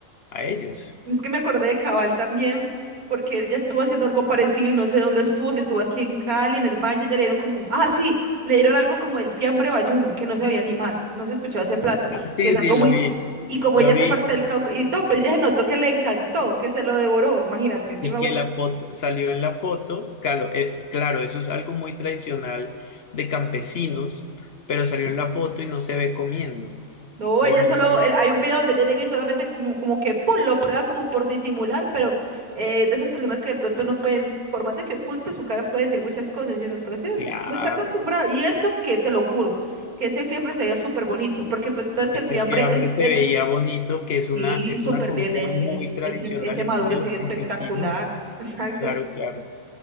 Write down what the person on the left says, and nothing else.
a ellos.
<laughs> Sí,
sí, lo
vi,
lo
vi.
Y que la foto salió en la foto, calo- eh, claro, eso es algo muy tradicional de campesinos, pero salió en la foto y no se ve comiendo.
Es
algo-
claro,
ese
fiambre
se
veía
bonito, que
es una, es
una comida
muy
tradicional
y
muy de
los
campesinos.
Claro,
claro.